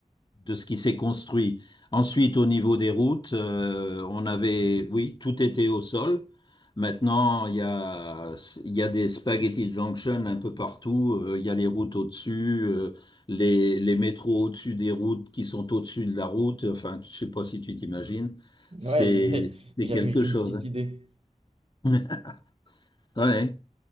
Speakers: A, on the left; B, on the right.
A: de ce qui s'est construit. Ensuite, au niveau des routes, euh, on avait, oui, tout était au sol. Maintenant, il y a, il y a des spaghetti junction un peu partout. Euh, il y a les routes au-dessus, euh, les, les métros au-dessus des routes qui sont au-dessus de la route. Enfin, je sais pas si tu t'imagines. C'est,
B: Ouais, j'ai- j'ai-
A: c'est
B: j'avais
A: quelque
B: j'ai
A: chose.
B: une petite idée.
A: hein. <laughs> Ouais.